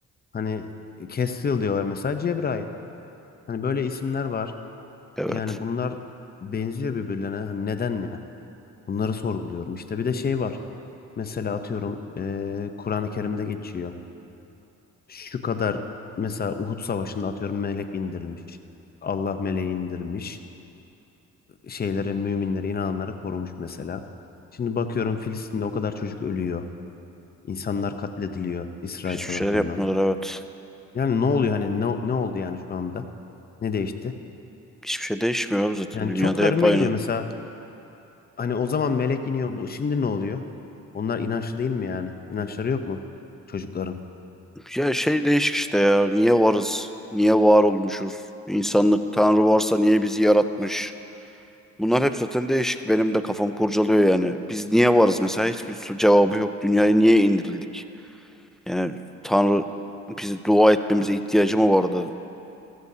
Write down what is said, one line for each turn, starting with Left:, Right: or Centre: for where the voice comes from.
Left: Hani Castiel diyorlar mesela Cebrail. Hani böyle isimler var.
Centre: Evet.
Left: Yani bunlar benziyor birbirlerine. Hani neden yani? Bunları sorguluyorum. İşte bir de şey var. Mesela atıyorum eee, Kur'an-ı Kerim'de geçiyor. Şu kadar mesela Uhud Savaşı'nda atıyorum melek indirilmiş. Allah meleği indirmiş. şeyleri, müminleri, inananları korumuş mesela. Şimdi bakıyorum Filistin'de o kadar çocuk ölüyor. İnsanlar katlediliyor İsrail
Centre: Hiçbir
Left: tarafından.
Centre: şeyler yapmıyorlar evet.
Left: Yani ne oluyor hani ne, ne oldu yani şu anda? Ne değişti?
Centre: Hiçbir şey değişmiyor abi zaten.
Left: Yani
Centre: Dünyada
Left: çok garibime
Centre: hep aynı.
Left: gidiyor mesela hani o zaman melek iniyor. Bu şimdi ne oluyor? Onlar inançlı değil mi yani? İnançları yok mu çocukların?
Centre: Ya şey değişik işte ya. Niye varız? Niye var olmuşuz? İnsanlık Tanrı varsa niye bizi yaratmış? Bunlar hep zaten değişik. Benim de kafam kurcalıyor yani. Biz niye varız mesela? Hiçbir su- cevabı yok. Dünyaya niye indirildik? Yani Tanrı bizi dua etmemize ihtiyacı mı vardı?